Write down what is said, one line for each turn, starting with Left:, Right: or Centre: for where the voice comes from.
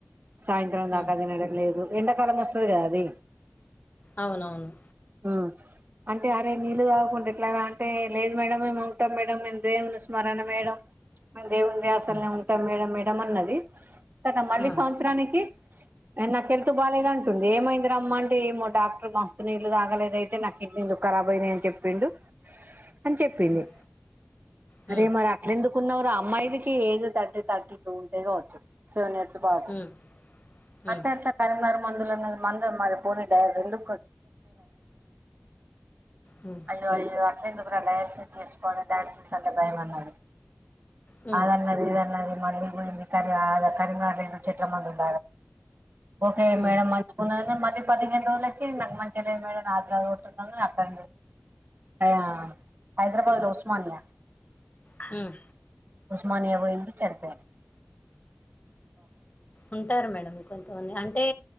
Right: సాయంత్రం
Left: హ్మ్.
Right: దాకా అది తినడంలేదు ఎండాకాలం వస్తుంది కదా అది
Left: అవునవును
Right: ఆ అంటే అరే నీళ్లు తాగకుండా ఎట్లాగా అంటే లేదు మేడం ఏ ఉంటాం మేడం నేను దయ చూస్మారానే మేడం మెం దేవుని ధ్యాసలోనే
Left: హ్మ్.
Right: ఉంటాం మేడం మేడం అన్నది గాథ మళ్ళి
Left: ఆ!
Right: సంవత్సరానికి నాకు హెల్త్ బాలేదంటంది ఏమైంది రమ్మంటె ఏమో డాక్టర్ మస్తు నీళ్ళలు తాగలేద అయితే నా కిడ్నీలు కారబైనవి అని చెప్పిండు అని చెప్పింది
Left: హ్మ్. హ్మ్.
Right: అరే మరి అట్ల ఎందుకు కున్నవర అమ్మాయికి ఏజ్ థర్టీ థర్టీ టూ ఉంటే కావచ్చు సెవెన్ ఇయర్స్ బాబు
Left: హ్మ్. హ్మ్.
Right: అంటే అట్లా కరింనాగ్ ఇ మందులున్న మందు మరి పోని రెండు
Left: హ్మ్.
Right: అయ్యో అయ్యో అట్లా ఎందుకురా డయాన్సెస్ చేసుకొని డ్యాన్సెస్ అంటే భయం అన్నది
Left: హ్మ్.
Right: అది అనాది ఇది అన్నది మళ్ళీ పోయి ఎక్కడో కరీంనగర్ లో చెట్ల మందు అన్నది ఓకే
Left: హ్మ్.
Right: మేడం మంచిగున్న అనే మంచ్ పది పదిహేను రోజులకి నాకు మంచి మేడం ఆదిరాతున్నాను అక్కడ ఆ హైదరాబాద్ లో ఉస్మానియా
Left: హమ్
Right: ఉస్మానియా లో ఉండి చనిపోయారు
Left: ఉంటారు మేడం కొంతమంది అంటే